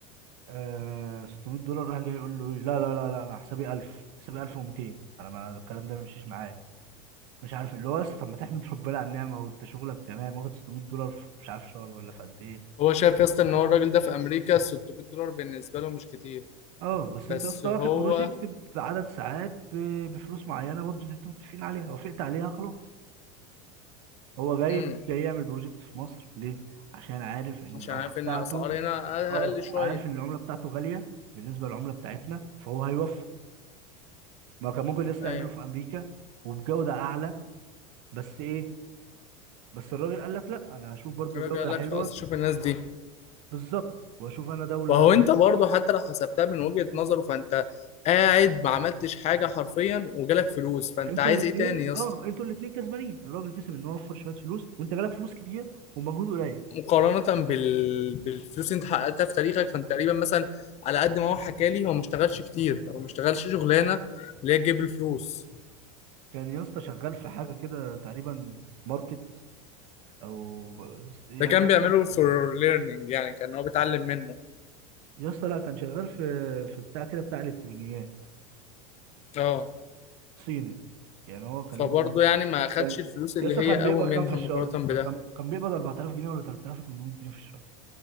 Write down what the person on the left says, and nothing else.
هو شايف يا اسطى ان هو الراجل ده في امريكا 600 دولار بالنسبه له مش كتير
بس
هو
امم
عشان
عارف
ان الاسعار هنا اقل
أقل شويه
ايوه
الراجل
قال لك
خلاص شوف الناس دي
وهو انت برضه حتى لو حسبتها من وجهه نظره فانت قاعد ما عملتش حاجه حرفيا وجالك فلوس فانت
عايز
ايه تاني يا
اسطى
مقارنه بال... بالفلوس اللي انت حققتها في تاريخك فانت تقريبا مثلا على قد ما هو حكى لي هو ما اشتغلش كتير هو ما اشتغلش شغلانه اللي هي تجيب الفلوس
ده كان
بيعمله فور ليرنينج يعني كان هو بيتعلم منه
اه
فبرضه
يعني ما اخدش
الفلوس اللي
هي
قوي
منها
مقارنة
بده